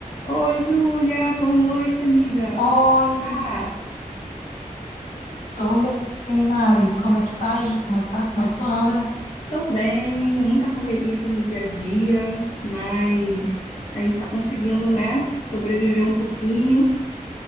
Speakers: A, on the left (about 45°); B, on the left (about 70°).
A: Oi, Júlia, boa noite, amiga.
B: Oi,
A: Como tá?
B: tô bem, Mari. Como é que tá aí? Como é que tá? Como é que tu anda?
A: Tô bem, é muita correria aqui no dia a dia, mas a gente tá conseguindo, né, sobreviver um pouquinho